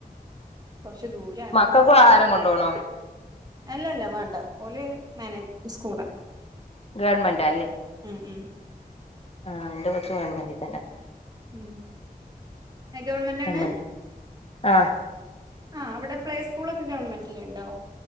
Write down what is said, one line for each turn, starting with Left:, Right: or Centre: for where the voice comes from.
Right: കൊറ്ച്ച് ദൂര
Left: മക്കക്കും ആഹാരം കൊണ്ടോവണോ
Right: അല്ല അല്ല വാണ്ട ഓല് മാനേജ് സ്കൂളാ
Left: ഗവർൺമെന്റാ അല്ലേ
Right: ഉം ഉം
Left: ആഹ് ഇന്റെ കൊച്ചും ഗവൺമെന്റി തന്നെ
Right: ഉം ഏഹ് ഗവൺമെന്റാണ്
Left: ഗവൺമെന്റ് ആഹ്
Right: ആഹ് അവിടെ പ്ലേ സ്കൂളൊക്കെ ഗവൺമെന്റില് ഇണ്ടോ